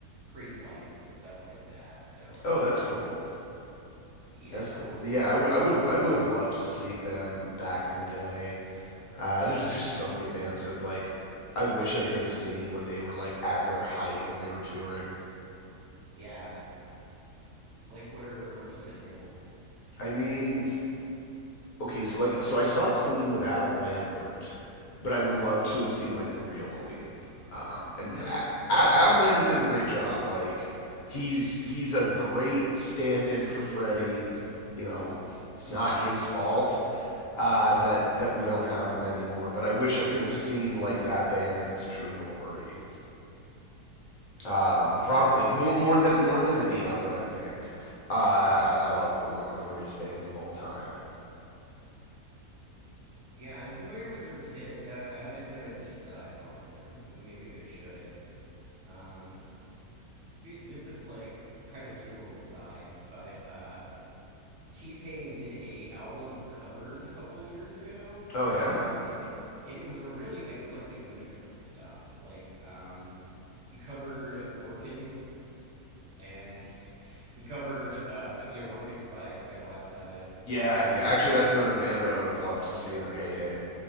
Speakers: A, on the right (about 60°); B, on the left (about 70°).
A: crazy lights and stuff like that. So
B: Oh, that's cool.
A: yeah,
B: That's cool. Yeah, I
A: what
B: would
A: are
B: I would have
A: what?
B: I would
A: are-
B: have loved to see them back in the day. Uh, there's there's so many bands that like I wish I could have seen when they were like at their height when they were touring.
A: Yeah, like what are what are some examples?
B: I mean, okay, so like so I saw Queen with Adam Lambert, but I would love to have seen like the real Queen. Um, and
A: <laughs>
B: A- Ad- Adam Lambert did a great job. Like he's he's a great stand-in for Freddie. You know, it's not his fault uh, that that we don't have him anymore. But I wish I could have seen like that band in its true glory. Um,
A: Yeah.
B: prob like more more than more than any other. I think. Uh, I, I love Queen. They're one of the greatest bands of all time.
A: Yeah, I'm familiar with their hits. I, I haven't done a deep dive on them, but maybe I should. Um, spe this is like kind of total aside, but uh, T-Pain did a album of covers a couple years ago,
B: Oh yeah.
A: um, it, and it was a really eclectic mix of stuff. Like um, he covered War Pigs, and he covered uh, you know War Pigs by by Black Sabbath.
B: Yeah,
A: uh,
B: yeah. Actually, that's another band that I would have loved to see in their heyday.